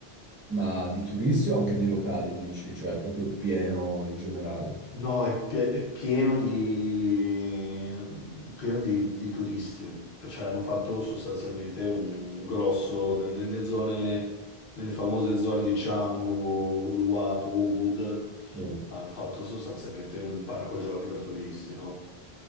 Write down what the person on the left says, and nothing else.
No, è, pie- è pieno di, pieno di, di turisti, cioè hanno fatto sostanzialmente un grosso, ne- nelle zone, nelle famose zone di Canggu, Uluwatu, Ubud,
hanno fatto sostanzialmente un parco giochi per turisti, no?